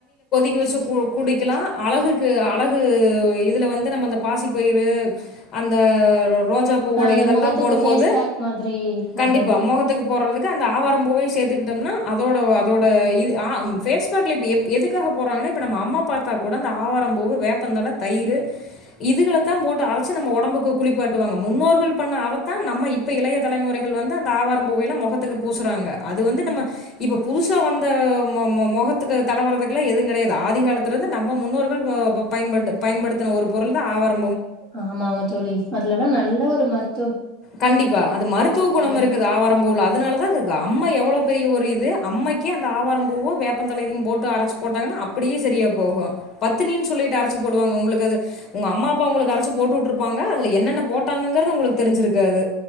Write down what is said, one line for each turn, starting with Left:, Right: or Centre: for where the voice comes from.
Left: க வச்சு குடிக்கலா அழகுக்கு அழகு இதுல வந்து நம்ம அந்த பாசி பயிறு ஒரு அந்த ரோஜா பூவோட
Right: ஆ அந்த
Left: இதழ்ல்லா
Right: முகத்துக்கு
Left: போடும்போது
Right: ஃபேஸ் பேக் மாதிரி போடுறது
Left: கண்டிப்பா முகத்துக்கு போடறதுக்கு அந்த ஆவாரம் பூவையும் சேர்த்துக்கிட்டோம்னா அதோட அதோட இது ஆ பேஃஸ் பேக்ல இப்ப எதுக்காக போடறாங்கன்ன இப்ப நம்ம அம்மா பாத்தா கூட ஆவாரம்பூ வேப்பந்தள தயிரு இதுகளத்தா போட்டு அரைச்சு நம்ம உடம்புக்கு குளிப்பாட்டுவாங்க முன்னோர்கள் பண்ண அத தா நம்ம இப்ப இளைய தலைமுறைகள் வந்து அந்த ஆவார பூவையல முகத்துக்கு பூசுறாங்க அது வந்து நம்ம
Right: ஆ
Left: இப்ப புதுசா வந்த மு மு முகத்துக்கு தடவரதுகெல்லா எதுவு கிடையாது ஆதிகாலத்துலருந்து நம்ம முன்னோர்கள் பா பயன்படு பயன்படுத்தன ஒரு பொருள் தா ஆவாரம்பூ
Right: ஆமாங்க தோழி அதுல ல்லா நல்ல ஒரு மருத்
Left: கண்டிப்பா அது மருத்துவ குணம்
Right: இருக்கு
Left: இருக்குது ஆவாரம்பூல அதனால தா அது அம்மை எவ்வள அவ்ளோ பெரிய ஒரு இது அம்மைக்கு அந்த ஆவார பூவும் வேப்பந்தலையும் போட்டு அரைச்சு போட்டாங்கன்ன அப்டியே சரியா போகும் பத்தினின் சொல்லிட்டு அரைச்சு போடுவாங்க உங்களுக் அது உங்க அம்மா அப்பா உங்களுக் அரைச்சு போட் போற்றுப் பாங்க அதுல என்னென்ன போட்டாங்க இருக்கறது உங்களுக் தெரிஞ்சிருக்காது